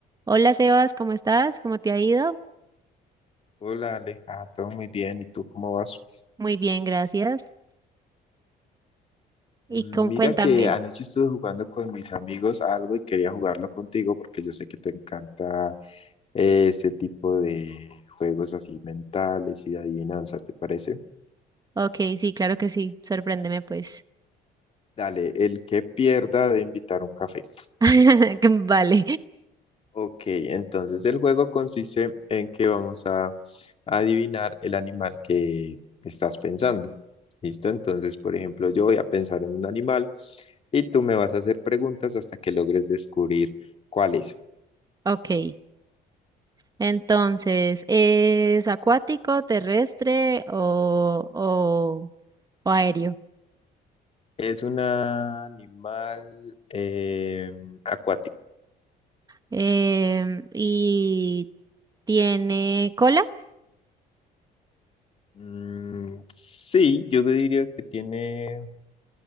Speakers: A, on the right; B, on the left.
A: Hola Sebas, ¿cómo estás? ¿Cómo te ha ido?
B: Hola Aleja, todo muy bien. ¿Y tú cómo vas?
A: Muy bien, gracias. Y
B: Mm,
A: con-
B: Mira
A: cuéntame.
B: que anoche estuve jugando con mis amigos algo y quería jugarlo contigo porque yo sé que te encanta eh, ese tipo de juegos así mentales y de adivinanza, ¿te parece?
A: Ok, sí, claro que sí. Sorpréndeme, pues.
B: Dale, el que pierda de invitar un café.
A: <laughs> Vale.
B: Ok, entonces el juego consiste en que vamos a adivinar el animal que estás pensando. ¿Listo? Entonces, por ejemplo, yo voy a pensar en un animal y tú me vas a hacer preguntas hasta que logres descubrir cuál es.
A: Ok. Entonces, ¿es acuático, terrestre o, o, o aéreo?
B: Es un animal em, acuático.
A: Em, ¿y tiene cola?
B: Mm, sí, yo diría que tiene